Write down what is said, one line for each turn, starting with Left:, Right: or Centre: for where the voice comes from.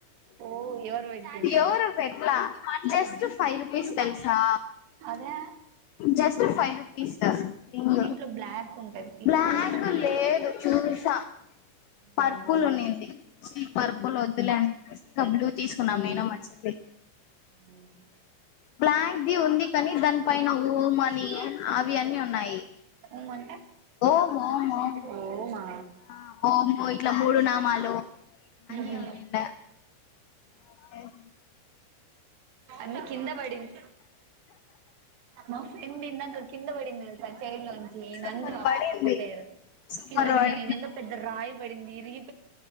Right: ఓ ఎవరు పెట్టిండు
Left: ఎవరు పెట్లా, జస్ట్ ఫైవ్ రుపీస్ తెలుసా.
Right: అదే
Left: జస్ట్ ఫైవ్ రూపీస్ దా ఇంగ్,
Right: దీంట్లో బ్లాక్ ఉంటది తీసుకోవచ్చు
Left: బ్లాక్ లేదు. చూసా పర్పుల్
Right: మ్మ్
Left: ఉన్నింది. చీ పర్పుల్ ఓద్దులే అనేసి ఇంకా బ్లూ, తీసుకున్నాం,
Right: మ్మ్
Left: నేను, మా చెల్లీ.
Right: మ్మ్
Left: బ్లాక్ ది ఉంది కానీ, దాని పైన ఓం మనీ, అవి అన్నీ ఉన్నాయి.
Right: ఉంగుంటే
Left: ఓం, ఓం, ఓం.
Right: ఓమా
Left: ఆ ఓము ఇట్లా, మూడు నామాలు అన్ని
Right: ఉహు
Left: ఉన్నాయండ. వచ్చేస్.
Right: అన్న కింద బడింది. మా ఫ్రెండ్ ఇందాక కిందబడింది తెలుసా, చెైర్లో నుంచి,
Left: సూపర్
Right: నందు ఆ
Left: పడింది
Right: పాప పేరు.
Left: సూపర్
Right: కింద బడింది,
Left: పడింది
Right: నిన్ను పెద్ద రాయ్ పడింది, ఇరిగి